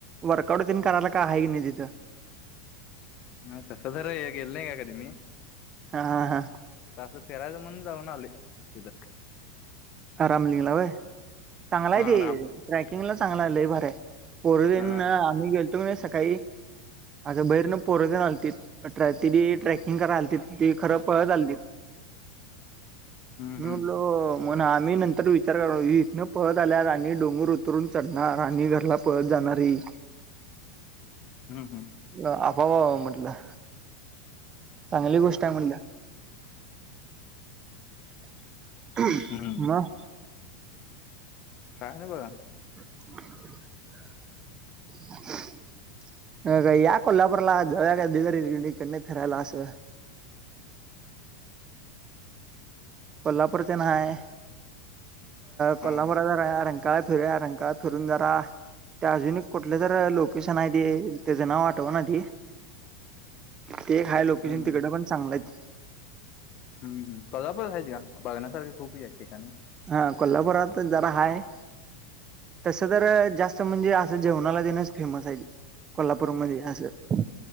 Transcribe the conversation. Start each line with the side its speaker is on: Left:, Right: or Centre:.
Right: वर्कउट तन करायला काय आहे की नाही तिथं.
Left: आयता सधरयग एल्ादी मी
Right: हा हा हा.
Left: तं फिरायचं म्हणून जाऊन आले तथं.
Right: आराम लिंगला भाय चांगला आहे
Left: हा
Right: ते
Left: राम
Right: ट्रॅकिंगला चांगला लय फार आहे. पोर दिन
Left: हा
Right: आम्ही गेलतो नाही सकाळी आता बहिरण पोरत आती तिी ट्रेकिंग कराय आती ती खरं पळत आलती.
Left: हम्म
Right: मलो.
Left: हम्म
Right: मण आम्ही नंतर विचार करी इथनं पळत आल्या आणि डोंगर उतरून चढणार आणि घरला पळत जाणारी <inaudible>
Left: हम् हम्.
Right: आफवा म्हटलं. चांगली गोष्ट आहे म्हणल्या. <unintelligible>
Left: हम्म हम्म काय ना बघ.
Right: <unintelligible> <inaudible> अ का याक को्हापूरला जाव द कड फिरायला असं. कोल्हापूर ते नाय. कोल्हापुरात
Left: हा
Right: जरा रंकाळा फिरूया रंकाळा फिरून जरा ते अजून एक कुठलं तर लोकेशन आहे ते त्याचं नाव आठव ना ते ते हाय लोकेशन
Left: हम्म
Right: तिकड
Left: हम्म.
Right: पण चांगलं आहेत.
Left: हम हम कोल्हापूर आहेत घ्या बघण्यासारख खूप हे आहेत ठिकाणी
Right: हा कोल्हापुरात जरा हाय. तसं तर जास्त म्हणजे असं जेवणाला देणंच फेमस आहे. कोल्हापूरमध्ये असं.